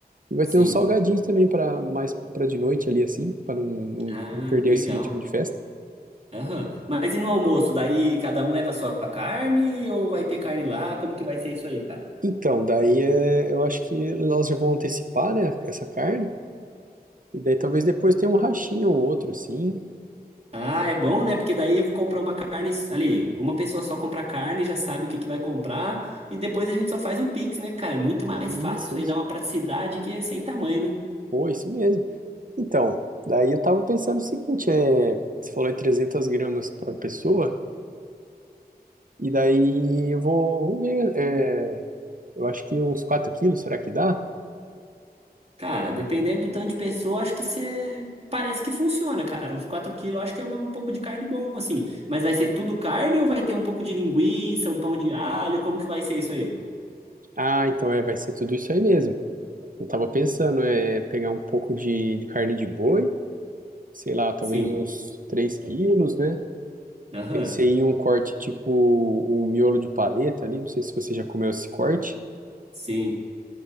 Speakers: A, on the right; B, on the right.
A: E vai
B: sim.
A: ter uns salgadinhos também para mais para de noite ali, assim, para não, não,
B: Ah,
A: não perder
B: legal.
A: esse ritmo de festa.
B: Aham. Mas e no almoço? Daí cada um leva a sua carne ou vai ter carne lá? Como que vai ser isso aí, cara?
A: Então, daí é, eu acho que elas já vão antecipar, né, essa carne. E daí talvez depois tenha um rachinho ou outro, assim.
B: Ah, é bom, né? Porque daí comprar uma carne ali, uma pessoa só compra carne, já sabe o que que vai comprar e depois a gente só faz o Pix, né, cara? É muito mais
A: Isso,
B: fácil isso
A: isso.
B: aí, dá uma praticidade que é sem tamanho, né?
A: Pô, isso mesmo. Então, daí eu tava pensando o seguinte, é, você falou em 300 gramas para pessoa. E daí eu vou, vamos ver, é, eu acho que uns 4 quilos, será que dá?
B: Cara, dependendo do tanto de pessoa, acho que você parece que funciona, cara. Uns 4 quilos, acho que é uma- um pouco de carne bom, assim. Mas vai ser tudo carne ou vai ter um pouco de linguiça, um pão de alho? Como que vai ser isso aí?
A: Ah, então é, vai ser tudo isso aí mesmo. Eu tava pensando, é pegar um pouco de, de carne de boi, sei lá, talvez
B: Sim.
A: uns 3 quilos, né?
B: Aham.
A: Pensei em um corte tipo o miolo de paleta ali, não sei se você já comeu esse corte,
B: Sim.